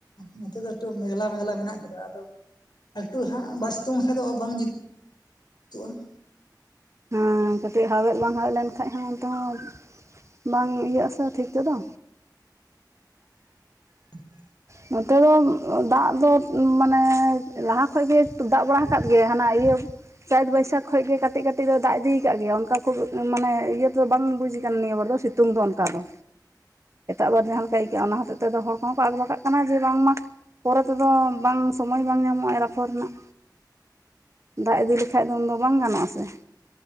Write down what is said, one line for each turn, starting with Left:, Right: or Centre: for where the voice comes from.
Left: ᱱᱚᱛᱮ ᱫᱚ ᱮᱴᱩ ᱢᱮᱜᱞᱟ ᱢᱮᱜᱞᱟ ᱢᱮᱱᱟᱜ ᱟᱫᱚ ᱮᱠᱴᱩ ᱦᱟᱸᱜ ᱵᱟᱭ ᱥᱤᱛᱩᱝ ᱠᱷᱟᱱ ᱫᱚ ᱵᱟᱝ ᱡᱩᱛᱩᱜᱼᱟ ᱼᱟ
Right: ᱦᱮᱸ ᱠᱟᱹᱴᱤᱡ ᱦᱟᱣᱮᱫ ᱵᱟᱝ ᱦᱟᱣᱮᱫ ᱞᱮᱱᱠᱷᱷᱟᱡ ᱦᱚᱸ ᱚᱱᱛᱮ ᱦᱚᱸ ᱵᱟᱝ ᱤᱭᱟᱹᱜ ᱟᱥᱮ ᱴᱷᱤᱠ ᱱᱤᱛ ᱫᱚ
Left: ᱦ <inaudible>
Right: ᱱᱚᱛᱮ ᱫᱚ ᱫᱟᱜ ᱫᱚ ᱢᱟᱱᱮ ᱞᱟᱦᱟ ᱠᱷᱚᱱᱚᱡ ᱜᱮ ᱫᱟᱜ ᱵᱟᱲᱟ ᱟᱠᱟᱫ ᱜᱮ ᱦᱟᱱᱟ ᱤᱭᱟᱹ ᱪᱟᱹᱛ ᱵᱟᱹᱭᱥᱟᱠᱷ ᱠᱷᱚᱡ ᱜᱮ ᱠᱟᱹᱴᱤᱡ ᱠᱟᱹᱴᱤᱡ ᱫᱚ ᱫᱟᱜ ᱤᱫᱤᱭ ᱟᱠᱟᱫ ᱜᱮᱭᱟ ᱚᱱᱠᱟ ᱠᱷᱩᱵ ᱢᱟᱱᱮ ᱤᱭᱟᱹ ᱛᱚ ᱵᱟᱝ ᱵᱩᱡ ᱟᱠᱟᱱᱟ ᱱᱤᱭᱟᱹ ᱵᱚᱞᱮ ᱥᱤᱛᱩᱝ ᱫᱚ ᱚᱱᱠᱟ ᱫᱚ ᱮᱴᱟᱜᱵᱟᱨ ᱡᱟᱦᱟᱸ ᱞᱮᱠᱟ ᱟᱹᱭᱠᱟᱹᱜᱼᱟ ᱚᱱᱟ ᱦᱚᱛᱮᱫ ᱛᱚ ᱦᱚᱲ ᱠᱚᱦᱚᱸ ᱟᱜᱵᱟ ᱠᱟᱜ ᱠᱚ ᱠᱟᱱᱟ ᱡᱮ ᱵᱟᱝᱢᱟ ᱯᱚᱨᱮ ᱛᱮᱫᱚ ᱵᱟᱝ ᱥᱚᱢᱚᱭ ᱵᱟᱝ ᱧᱟᱢᱚᱜᱼᱟ ᱨᱯᱷᱚᱲ ᱨᱮᱱᱟᱜ ᱫᱟᱜ ᱤᱫᱤ ᱞᱮᱠᱷᱟᱡ ᱫᱚ ᱩᱱᱫᱚ ᱵᱟᱝ ᱜᱟᱱᱚᱜ ᱟᱥᱮ